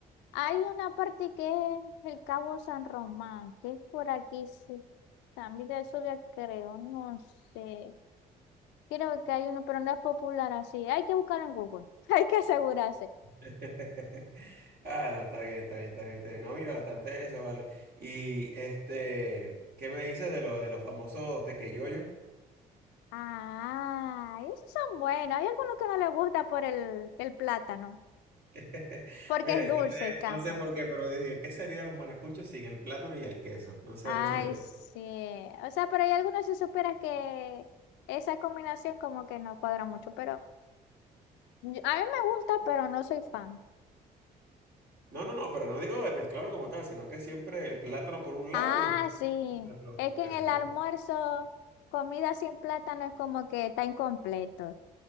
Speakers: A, on the left (about 85°); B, on the right (about 65°).
A: hay una parte que es el Cabo San Román, que es por aquí, sí. También de eso ya creo, no sé. Creo que hay uno, pero no es popular así. Hay que buscar en Google, <laughs> hay que asegurarse.
B: <laughs> Ah, no, está bien, está bien, está bien, está bien. No, mira, bastante eso, vale. Y este, ¿qué me dices de, lo, de los famosos tequeyoyos?
A: Ah, y esos son buenos. Hay algunos que no les gusta por el, el plátano,
B: <laughs>
A: porque
B: Mira,
A: es
B: es
A: dulce
B: que te-
A: y cansa.
B: no sé por qué, pero yo digo, ¿qué sería los maracuchos sin el plátano y el queso? No sé
A: Ay,
B: dónde se meten.
A: sí. O sea, pero hay algunos si supieras que esa combinación como que no cuadra mucho, pero yo- a mí me gusta, pero no soy fan.
B: No, no, no, pero no digo de mezclarlo como tal, sino que siempre el plátano por un
A: Ah,
B: lado y está el
A: sí.
B: queso siempre al otro,
A: Es que
B: pues
A: en el
B: no.
A: almuerzo, comida sin plátano es como que está incompleto.